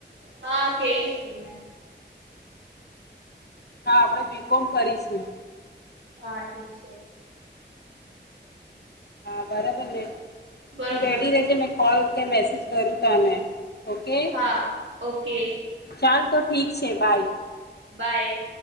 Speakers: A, on the right; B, on the left.
A: હા કેયશું મેં.
B: હા આપણે બી કોમ કરીશું.
A: હા ઠીક છે.
B: હા બરબર ને.
A: બરોબર
B: તું રેડી રેજે મે કોલ કે મેસેજ કરું તને. ઓકે
A: હા, ઓકે.
B: ચાલ તો ઠીક છે, બાય.
A: બાય.